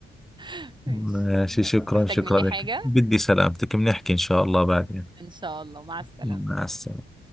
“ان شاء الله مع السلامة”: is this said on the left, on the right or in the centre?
Right